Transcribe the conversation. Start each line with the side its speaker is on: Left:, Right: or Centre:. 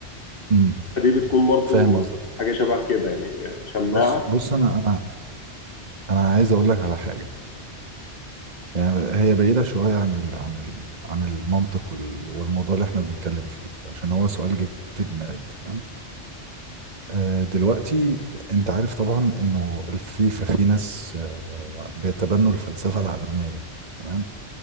Right: امم
Left: فدي بتكون برضو
Right: فاهم قصدك
Left: حاجه شبه كده يعني آه، شماعه
Right: بص بص انا انا انا عايز اقول لك على حاجه يعني هي بعيده شويه عن ال عن ال عن المنطق وال- والموضوع اللي احنا بنتكلم فيه عشان هو سؤال جه في دماغي تمام آه، دلوقتي انت عارف طبعا انه الفيفا في ناس آه، بيتبنوا الفلسفه العدميه تمام